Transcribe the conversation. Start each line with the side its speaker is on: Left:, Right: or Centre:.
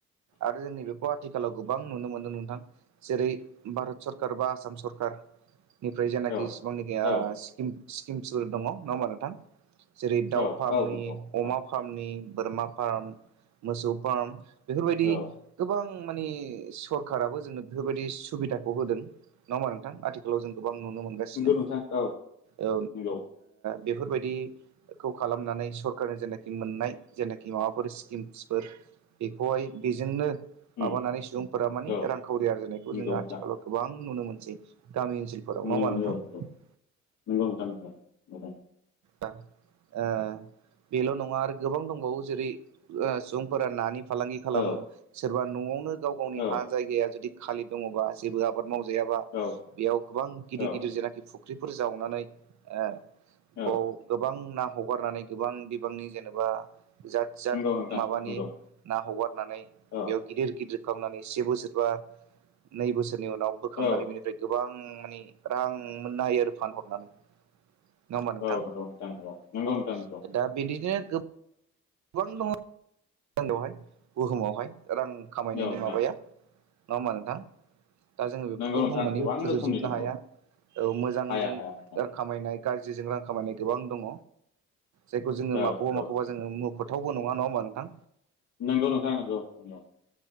Right: आरो जोंनि बे आथिखालाव गोबां नुनो मोनदों नोंथां जेरै भारत सरखारार बा आसाम सरखार निफ्राय जायनाखि
Left: औ
Right: जिसिबांनाखिनि
Left: औ
Right: स्किम्सफोर दङ नङा होमबा नथां जेरै दाउ
Left: औ
Right: फार्मनि
Left: औ नंगौ नोंथां
Right: अमा फार्मनि बोरमा फार्म मोसौ फार्म बेफोरबायदि
Left: औ
Right: गोबां माने सरखाराराबो जोंनो बेफोरबायदि सुबिदाखौ होदों नंङा हा नोंथां आथिखालाव जों गोबां नुनो मोनगासिनो
Left: नंगौ नोंथां औ
Right: औ
Left: नंगौ
Right: बेफोरबायदिखौ खालामनानै सरकारनि जेनाखि मोननाय जेनाखि माबाफोर स्किमसफोर बेखौहाय बेजोंनो
Left: उम,
Right: माबानानै सुबुंफोरा मानि
Left: औ
Right: रांखावरि आरजिनायखौ
Left: नंगौ
Right: जोङो
Left: नोंथां
Right: आथिखालाव गोबां नुनो मोनसै। गामि ओनसोलफोराव
Left: नुनो
Right: नङा होमबा
Left: मोनो
Right: नोंथां?
Left: औ नंगौ नंगौ नोंथां नंगौ नंगौ
Right: दा आ बेल' नङा आरो गोबां दंबावो जेरै ओ सुबुंफोरा नानि फालांगि खालामो
Left: औ
Right: सोरबा न'आवनो गाव गावनि
Left: औ
Right: हा जायगाया जुदि खालि दङबा जेबो आबाद मावजायाबा
Left: औ
Right: बेयाव गोबां गिदिर
Left: औ
Right: गिदिर जेनाखि फुख्रिफोर जावनानै ओ
Left: औ
Right: बाव गोबां ना हगारनानै गोबां बिबांनि जेनेबा जाथ जाथ
Left: नंगौ नोंथां
Right: माबानि
Left: नंगौ
Right: ना हगारनानै
Left: औ
Right: बेयाव गिदिर गिदिर बोखांनानै से बोसोर बा नै बोसोरनि उनाव बोखांनानै
Left: औ
Right: बेनिफ्राय गोबां बां माने रां मोननो हायो आरो फानहरनानै। नङा होमबा नोंथां।
Left: औ नंगौ नंगौ नंगौ नोंथां नंगौ
Right: दा बिदिनो गोब बां दङ बेवहाय बुहुमावहाय। रां खामायनायनि
Left: औ नोंथां
Right: माबाया नङा होमबा नोंथां। दा जोङो बेफोरखौ
Left: नंगौ नोंथां
Right: बुंनानै
Left: गोबां
Right: फोजोबजोबनो
Left: रोखोमनि दङ
Right: हाया। औ मोजांजों
Left: हाया हाया नोंथां
Right: खामायनाय गाज्रि जिजों रां खामनाय गोबां दंङ। जायखौ जोङो
Left: औ
Right: माखौबा
Left: नंगौ
Right: माखौबा जोंङो मुख थावबो नङा नङाहोमबा नोंथां।
Left: नंगौ नोंथां नंगौ नंगौ।